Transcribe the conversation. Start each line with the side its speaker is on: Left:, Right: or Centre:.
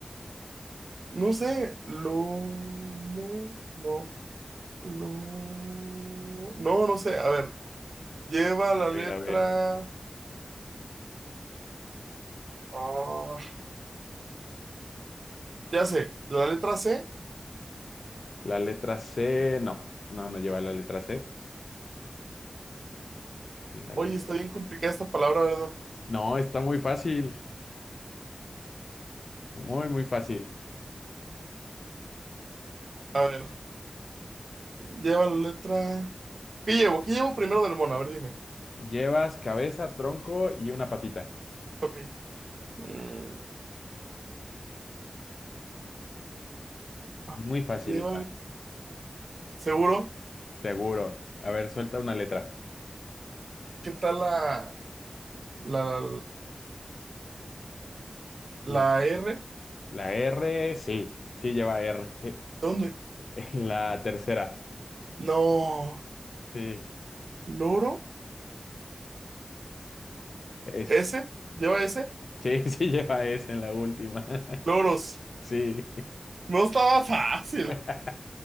Right: no sé, lomo, no, lo, no, no sé, a ver, lleva la
Left: a
Right: letra,
Left: ver, a ver.
Right: ah, ya sé, la letra C.
Left: La letra C, no, no, no lleva la letra C. La
Right: Oye,
Left: letra.
Right: está bien complicada esta palabra, ¿verdad?
Left: No, está muy fácil, muy, muy fácil.
Right: A ver, lleva la letra, ¿qué llevo? ¿Qué llevo primero del mono? A ver, dime.
Left: Llevas cabeza, tronco y una patita.
Right: Ok. Mm,
Left: Muy
Right: ah,
Left: fácil
Right: lleva,
Left: está,
Right: seguro,
Left: seguro. A ver, suelta una letra.
Right: ¿qué tal la, la,
Left: La,
Right: La R,
Left: la R, sí, sí lleva R. <laughs>
Right: ¿dónde?
Left: En la tercera,
Right: No,
Left: sí,
Right: loro,
Left: es,
Right: S, lleva S,
Left: sí, <laughs> sí lleva S en la última. <laughs>
Right: loros.
Left: Sí.
Right: No estaba <laughs> fácil.
Left: <laughs>